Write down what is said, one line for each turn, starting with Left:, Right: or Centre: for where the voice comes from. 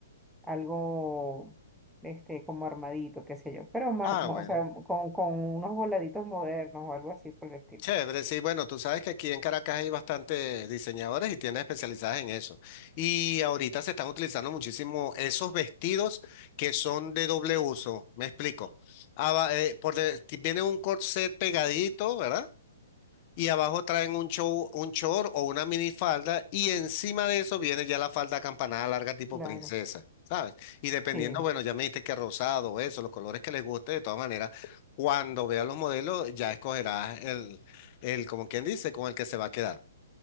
Centre: algo este, como armadito, qué sé yo, pero más,
Left: ah,
Centre: más,
Left: bueno.
Centre: o sea, con, con unos voladitos modernos o algo así por el estilo.
Left: Chévere, sí, bueno, tú sabes que aquí en Caracas hay bastantes diseñadores y tiendas especializadas en eso. Y ahorita se están utilizando muchísimo esos vestidos que son de doble uso, me explico. Aba- eh, por de- ti- viene un corset pegadito, ¿verdad? y abajo traen un show, un short o una minifalda y encima de eso viene ya la falda acampanada larga tipo
Centre: Claro,
Left: princesa, ¿sabes? Y dependiendo,
Centre: sí,
Left: bueno, ya me dijiste que rosado, eso, los colores que les guste, de todas maneras, cuando veas los modelos ya escogerás el, el, como quien dice, con el que se va a quedar.